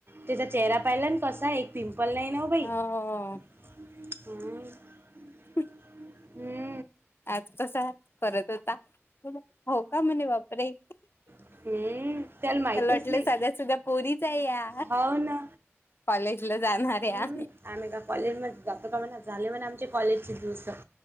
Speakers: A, on the right; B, on the left.
A: त्याचा चेहरा पाहिला न कसा एक पिंपल नाही नाव बाई
B: हो
A: हम्म.
B: ह <inaudible>
A: हम्म.
B: आज तसाच करत होता. हो का म्हणे बापरे.
A: हम्म. माहितच
B: त्याला वाटलं
A: नाही
B: साध्या सुध्या पोरीच आहे या
A: हो ना
B: कॉलेजला जाणाऱ्या
A: हम्म. आम्ही का कॉलेज म जातो का म्हणा झाले म्हण आमचे कॉलेजची दिुवस